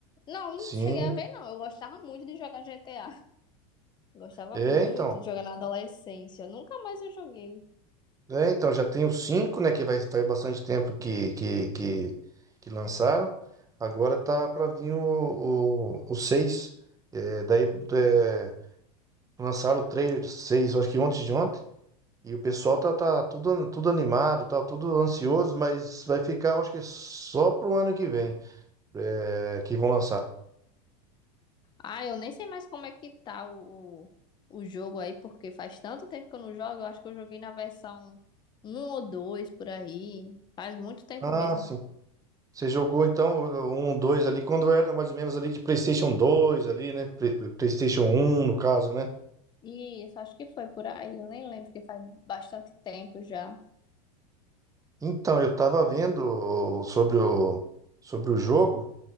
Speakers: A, on the left (about 25°); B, on the right (about 15°).
A: Não, não
B: Sim,
A: cheguei a ver, não. Eu gostava muito de jogar GTA. Gostava
B: é
A: muito
B: então.
A: de jogar na adolescência. Nunca mais eu joguei.
B: É, então, já tem o cinco né, que vai, faz bastante tempo que, que, que, que lançaram. Agora tá pra vir o, o, o seis É, daí é, lançaram o trailer seis eu acho que ontem de ontem. E o pessoal tá, tá tudo, tudo animado, tá tudo ansioso, mas vai ficar, eu acho que só pro ano que vem, é, que vão lançar.
A: Ah, eu nem sei mais como é que tá o, o, o jogo aí, porque faz tanto tempo que eu não jogo. Eu acho que eu joguei na versão um ou 2 por aí. Faz muito tempo
B: Ah,
A: mesmo.
B: sim. Você jogou então o- um, dois ali quando era mais ou menos ali de PlayStation 2 ali, né? Pre- PlayStation 1 no caso, né?
A: Isso, acho que foi por aí. Eu nem lembro, porque faz bastante tempo já.
B: Então, eu tava vendo sobre o, sobre o jogo